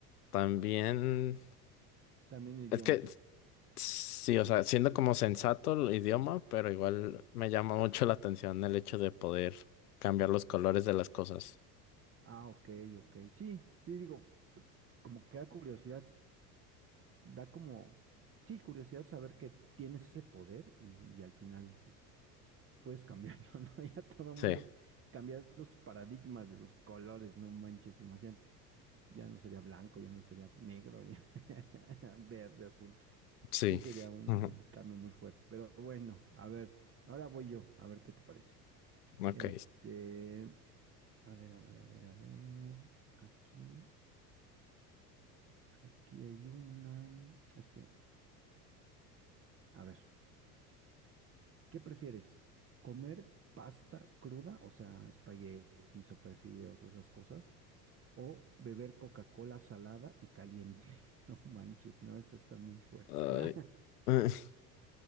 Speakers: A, on the left; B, on the right.
A: también...
B: También idioma.
A: Es que sí, o sea, siendo como sensato el idioma, pero igual me llama mucho la atención el hecho de poder cambiar los colores de las cosas.
B: Ah, ok, ok. Sí, sí, digo, pues como que da curiosidad, da como, sí, curiosidad saber que tienes ese poder y, y al final, pues, puedes cambiarlo, <laughs> ¿no? Ya todo
A: Sí,
B: mundo cambiar los paradigmas de los colores, no manches, imagínate. Ya no sería blanco, ya no sería negro, ya <laughs> verde, azul.
A: sí.
B: Sí, sería un
A: <laughs> Ujú,
B: cambio muy fuerte. Pero bueno, a ver, ahora voy yo, a ver qué te parece.
A: Ok.
B: Este, a ver, a ver, a ver, a ver. Aquí, aquí hay una. Es que, a ver, ¿qué prefieres? ¿Comer pasta cruda, o sea, espagueti, sopa de fideos o esas cosas? ¿O beber Coca-Cola salada y caliente? <laughs> No manches, no, esta está muy fuerte.
A: Ay,
B: <laughs> Nah,
A: <laughs>